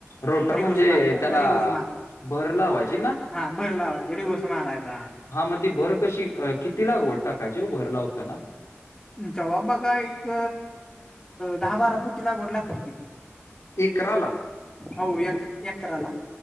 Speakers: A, on the left; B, on the left.
A: रोटर
B: रिवर्स
A: म्हणजे
B: मार
A: त्याला
B: रिवर्स मार
A: भर लावायचीना.
B: हा भर लावायची, रिवस मारायचा.
A: हा म ती भर कशी अ किती लागवड टाकायची ओ भर लावताना.
B: जवा बघा एक दहा बारा पोती लागवड लागत्या की.
A: एकराला?
B: हो, एक एकराला.